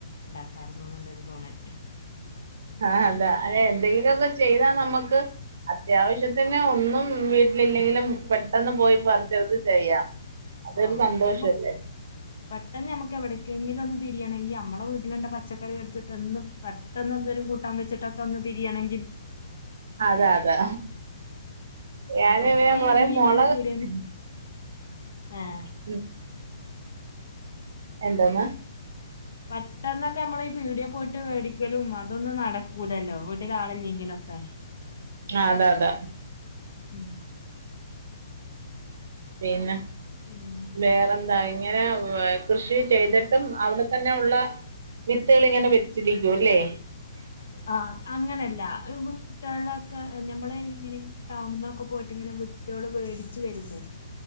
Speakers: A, on the left; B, on the right.
A: ഇണ്ടാക്കാരുന്നു ന്നുള്ളൊരു തോണ ൽ.
B: ആഹ് അതാ അല്ലെ എന്തെങ്കിലൊക്കെ ചെയ്താ നമുക്ക് അത്യാവശ്യത്തിന് ഒന്നും വീട്ട്ല് ഇല്ലെങ്കിലും പെട്ടെന്ന് പോയി പറിച്ചെട്ത്തു ചെയ്യാം. അതൊരു
A: ആഹ
B: സന്തോഷല്ലേ
A: നമു പെട്ടെന്ന് നമുക്ക് എവിടക്കെങ്കിലും ഒന്ന് തിരിയാണെങ്കി മ്മടെ വീട്ട്ല്ണ്ട പച്ചക്കറി എടുത്ത്ട്ടെന്നും പെട്ടന്ന് എന്തെലും കൂട്ടാൻ വെച്ച്ട്ടൊക്കെ ഒന്ന് തിരിയാണെ
B: അത അതാ ഞാന്
A: പിന്നെ ഒക്കെ
B: ഇങ്ങെ കൊറെ
A: ഈ മീനും
B: മൊളകൊക്കെ
A: പീടിയേന്ന് ഏഹ്
B: ഉം. എന്താന്നാ
A: പെട്ടെന്നൊക്കെ നമ്മള ഈ പീടിയെ പോയിട്ട് വേടിക്കലും അതൊന്നും നടക്കൂലല്ലോ വീട്ടില് ആളില്ലെങ്കിലൊക്കെ.
B: ആഹ് അതാ അതാ.
A: ഉം.
B: പിന്നെ.
A: പിന്നെ
B: വേറെന്തായി ഇങ്ങനെ കൃഷി ചെയ്തിട്ടും അവ്ടെ തന്നെ ഉള്ള വിത്തുകൾ ഇങ്ങനെ വെച്ചിരിക്കൂല്ലേ?
A: ആ അങ്ങനെല്ല. വീട്ടൾക്കെ ഞമ്മള് ഇങ്ങനെ ടൗണ്ന്നൊ ക്കെ പോയിട്ടിങ്ങനെ വിത്തുകള് മേടിച്ച് വരൂലെ?